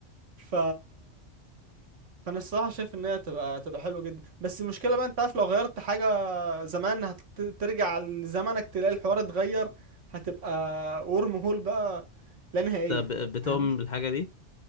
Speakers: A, on the right; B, on the left.
A: ف فانا الصراحه شايف ان هي تبقى تبقى حلوه جدا بس المشكله بقى انت عارف لو غيرت حاجه زمان هترجع لزمانك تلاقي الحوار اتغير هتبقى ورم هول بقى لا نهائيه
B: انت ب- بتؤمن
A: فاهمني
B: بالحاجة دي